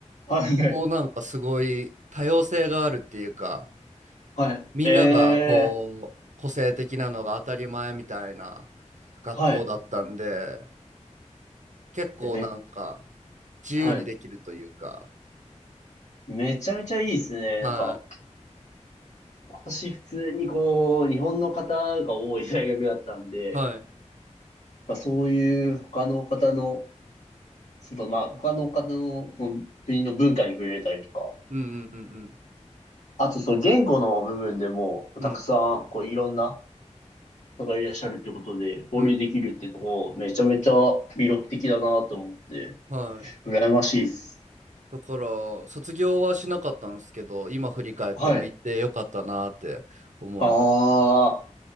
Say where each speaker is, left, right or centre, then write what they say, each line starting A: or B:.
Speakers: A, on the left (about 70°); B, on the right (about 80°).
A: はい、はい、
B: こうなんかすごい多様性があるっていうか、
A: はい、
B: みんながこう、
A: ええ、
B: 個性的なのが当たり前みたいな学校だったんで、
A: はい、
B: 結構なんか
A: えめ、
B: 自由にできるというか、
A: はい、めちゃめちゃいいですね、
B: はい。
A: なんか。私普通にこう、日本の方が多い大学だったんで、
B: はい
A: まあ、そういう他の方の、そのまあ他の方のその国の文化に触れたりとか、
B: うんうんうん
A: あとその言語の部分でも、
B: うん
A: たくさんこういろんな方がいらっしゃるってことで、交流できるってとこ、
B: うんうん
A: めちゃめちゃ魅力的だなと思って、
B: はい
A: 羨ましいです。
B: だから卒業はしなかったんですけど今振り返っても行ってよかったなって思います。
A: はい。ああ、